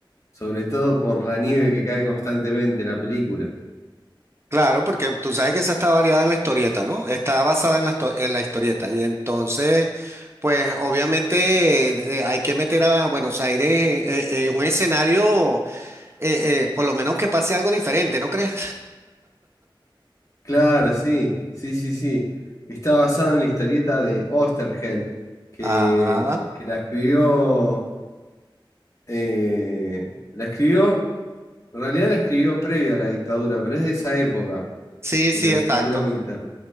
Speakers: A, on the left (about 40°); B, on the right (about 30°).
A: sobre todo por la nieve que cae constantemente en la película.
B: Claro, porque tú sabes que esa está variada en la historieta, ¿no? Está basada en la, histo- en la historieta. Y entonces, pues obviamente eh, eh, hay que meter a Buenos Aires en, en- en un escenario, eh, eh, por lo menos que pase algo diferente, ¿no crees?
A: Claro, sí, sí, sí, sí. Está basado en la historieta de Oesterheld, que,
B: Ajá.
A: que la escribió, eh, la escribió, en realidad la escribió previo a la dictadura, pero es de esa época,
B: Sí,
A: de
B: sí,
A: la dictadura
B: exacto.
A: militar.